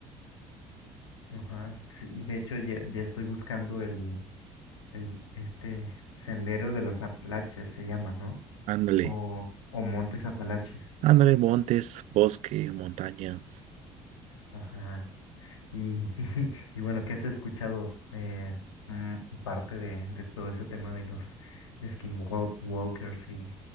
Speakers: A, on the left (about 80°); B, on the right (about 50°).
A: Ajá. Sí, de hecho, ya, ya estoy buscando el, el, este sendero de los Apalaches, se llama, ¿no?
B: Ándale,
A: O, o Montes Apalaches.
B: ándale, montes, bosque, montañas.
A: Ajá. Y, <laughs> y bueno, ¿qué has escuchado eh, mm, parte de, de todo ese tema de los skinwalkers y,